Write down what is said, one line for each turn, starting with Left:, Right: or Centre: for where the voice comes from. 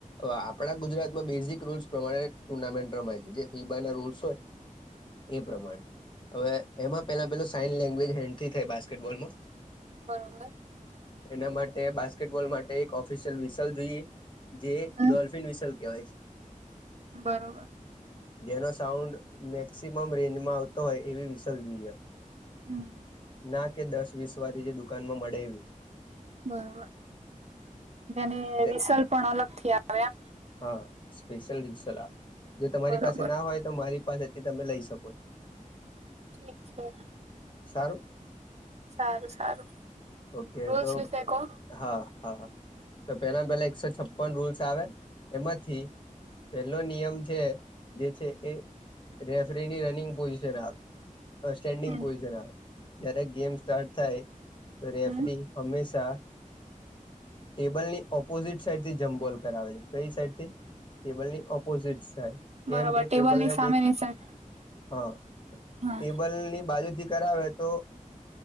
Left: આપણા ગુજરાતમાં બેઝિક રૂલ્સ પ્રમાણે ટુર્નામેન્ટ રમાય છે, જે ફીબાના રૂલ્સ હોય. એ પ્રમાણે. હવે, એમાં પહેલા પેહલા સાઈન લેંગ્વેજ હેથી થાય. બાસ્કેટબોલમાં
Right: બરોબર.
Left: એના માટે બાસ્કેટબોલ માટે, એક ઓફિશિયલ વિસલ જોઈએ. જે
Right: હમ
Left: ડોલ્ફિન વિસલ કહેવાય છે.
Right: બરોબર
Left: જેનો સાઉન્ડ મેક્સિમમ રેન્જમાં આવતો હોય, એવી
Right: હમ
Left: ના કે દસ વીસ વાળી જે દુકાનમાં મળે એવી-
Right: <unintelligible> જેને
Left: એટલે
Right: રિસલ પણ અલગથી આવે એમ.
Left: હા, સ્પેશિયલ ડિસલ આપે. જો તમારી
Right: બરોબર
Left: પાસેના હોય, તો મારી પાસેથી તમે લઈ શકો છો?
Right: <unintelligible>
Left: સારું.
Right: સારું સારું.
Left: ઓકે
Right: રૂલ્સ
Left: તો.
Right: વિશે કહો
Left: હા હા હા તો પેલા પેલા એકસો છપ્પન રૂલ્સ આવે એમાંથી પેલો નિયમ છે જે છે એ રેફરીની રનિંગ પોઝિશન આવે. સ્ટેન્ડિંગ
Right: હમ
Left: પોઝિશન આવે જ્યારે ગેમ સ્ટાર્ટ થાય. તો રેફરી
Right: હમ
Left: હમેશા ટેબલ ની અપોઝિટ સાઈડ થી જંપ બોલ કરાવે છે કઈ સાઈડ થી ટેબલની ઓપોઝિટ થાય કેમ
Right: બરોબર
Left: કે ટેબલને
Right: ટેબલની સામેની
Left: દેખ
Right: સાઈડ
Left: હા ટેબલ
Right: હા
Left: ની બાજુથી કરાવે. તો